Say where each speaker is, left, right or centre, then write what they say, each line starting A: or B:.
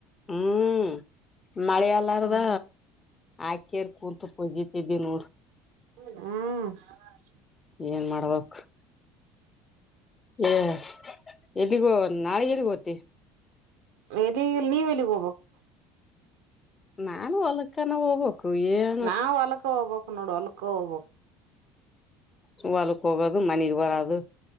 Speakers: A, on the left (about 25°); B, on the right (about 75°).
A: ಹ್ಮ್ ಮಳಿ ಆಲ್ಲಾರದ
B: ಹ್ಮ್
A: ಆಕೇರಿ ಕುಂತು ಕುಜಿತಿದ್ದಿ ನೋಡ್
B: ಹು
A: ಏನ್ ಮಾಡ್ಬೇಕ ಏ ಎಲ್ಲಿಗಿ ನಾಳೆ ಎಲ್ಲಿಗೊಗ್ತೀವಿ
B: ಎಲ್ಲಿಗಿ ಇಲ್ಲ ನೀವ್ ಎಲ್ಲಿಗಿ ಹೋಗ್ಬೇಕು
A: ನಾನು ಹೊಲಕ್ಕನ ಹೋಗ್ಬೇಕು ಏನ್
B: ನಾವ್ ಹೊಲ್ಕ್ ಹೋಗ್ಬೇಕ್ ನೋಡು ಹೊಲ್ಕ ಹೋಗ್ಬೇಕು
A: ಹೊಲಕ ಹೋಗೋದು ಮನಿಗಿ ಬರದು